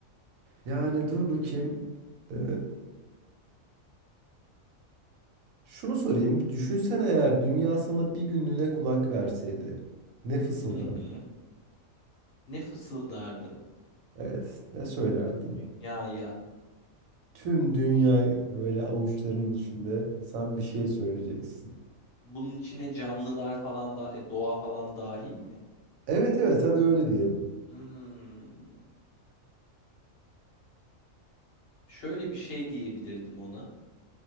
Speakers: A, on the right; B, on the left.
A: Yani dur bakayım. Ee, şunu sorayım. Düşünsene eğer dünya sana bir günlüğüne kulak verseydi. Ne fısıldar?
B: Hı hı. Ne fısıldardım
A: Evet, ne söylerdin?
B: dünyaya.
A: Tüm dünya böyle avuçlarının içinde sen bir şey söyleyeceksin.
B: Bunun içine canlılar falan da e, doğa falan dahil mi?
A: Evet evet hadi öyle diyelim.
B: Hmm. Şöyle bir şey diyebilirdim ona.